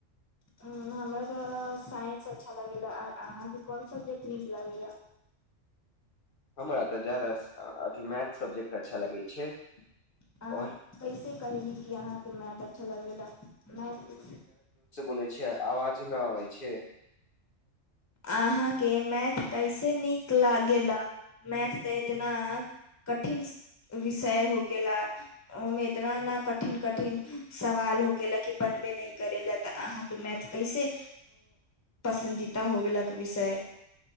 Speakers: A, on the left (about 30°); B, on the left (about 55°).
A: हमरा तऽ साइंस अच्छा लागैला अहाँके कोन सब्जेक्ट नीक लागैए <inaudible>
B: हमरा तऽ ज्यादा अथी मैथ सब्जेक्ट अच्छा लगैय छै
A: अहाँ
B: और
A: कैसे कहयली कि अहाँके मैथ अच्छा लगेला मैथ
B: सुनय छै आवाज नहि आबे छै
A: अहाँके मैथ कैसे नीक लागला मैथ ते इतना कठिन विषय होके ला ओमे इतना ने कठिन कठिन सवाल हो के ला कि बनबे नहि करे ला तऽ अहाँ मैथ कैसे पसन्दीदा हो गेलक विषय